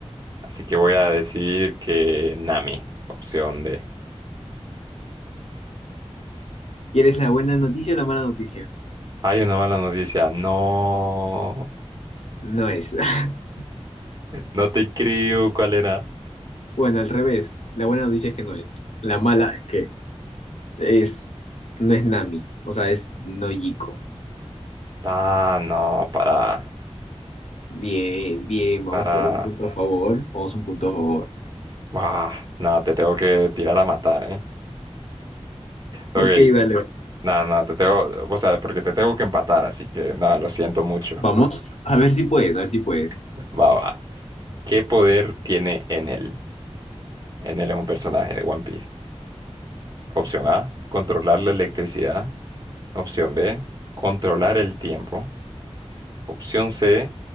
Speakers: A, on the right (about 40°); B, on the left (about 75°).
A: Así que voy a decir que Nami, opción D.
B: ¿Quieres la buena noticia o la mala noticia?
A: Hay una mala noticia. No,
B: No es. <laughs>
A: no te creo. ¿Cuál era?
B: Bueno, al revés. La buena noticia es que no es. La mala es que es, no es Nami, o sea, es Nojiko.
A: Ah, no, para,
B: Bien, bien, vamos
A: para,
B: por un punto a favor. Vamos un punto a favor.
A: bah, nada, te tengo que tirar a matar, ¿eh? Ok,
B: Ok, dale.
A: nada, nada, te tengo, o sea, porque te tengo que empatar, así que nada, lo siento mucho.
B: Vamos. A ver si puedes, a ver si puedes.
A: <laughs> Va, va. ¿Qué poder tiene Enel? Enel es un personaje de One Piece. Opción A, controlar la electricidad. Opción B, controlar el tiempo. Opción C,